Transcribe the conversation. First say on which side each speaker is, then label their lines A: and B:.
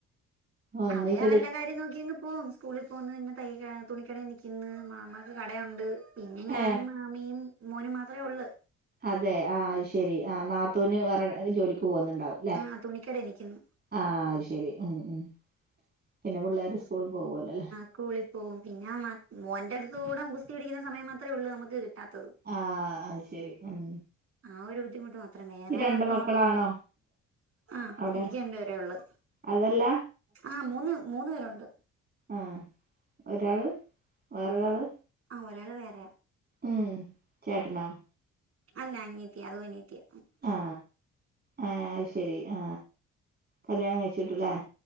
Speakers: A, on the right (about 35°); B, on the right (about 50°).
A: ഒന്നിച്ചെടുക്കും
B: അവര് അവരുടെ കാര്യം നോക്കിന്ന് ഓ സ്കൂളിൽ പോന്നു പിന്നെ തൈകുന്നു തുണിക്കടയിൽ നിൽക്കുന്നു മാമാക്ക് കടയുണ്ട് പിന്നെ ഞാനും
A: ഏഹ്
B: മാമിയും മോനും മാത്രയേ ഒള്ളൂ
A: അതെ ആ അത് ശരി ആ നാത്തൂന് വേറെ എവടെ ജോലിക്ക് പോകുന്നുണ്ടാവും
B: ആ തുണിക്കടെ നിക്കുന്നു.
A: ആ അത് ശരി ഉം ഉം പിന്നെ പിള്ളേര് സ്കൂളിൽ പോവോല്ലേ അല്ലേ
B: സ്കൂളിൽ പോകും പിന്നെ മോന്റെടുത്ത് കൂടെ ഗുസ്തി പിടിക്കുന്ന സമയം മാത്രമേ ഉള്ളൂ നമുക്ക് കിട്ടാത്തത്
A: ആ അത് ശെരി ഉം
B: ആ ഒരു ബുദ്ധിമുട്ട് മാത്രം വേറെ
A: ഈ രണ്ട്
B: കൊഴപ്പങ്ങളൊന്നുല്ല
A: മക്കളാണോ
B: ആ
A: അവിടെ
B: എനിക്ക് രണ്ടുപേരെ ഒള്ളു
A: അതല്ല
B: ആ മൂന്ന് മൂന്ന് പേരുണ്ട്
A: ആ ഒരാള് വേറൊരാള്
B: ആ ഒരാള് വേറെയാ
A: ഉം ചേട്ടനൊ
B: അല്ല അനിയത്തിയ അതും അനിയത്തിയ
A: അ ആ അത് ശരി ആ കല്യാണം കഴിച്ട്ടൂലെ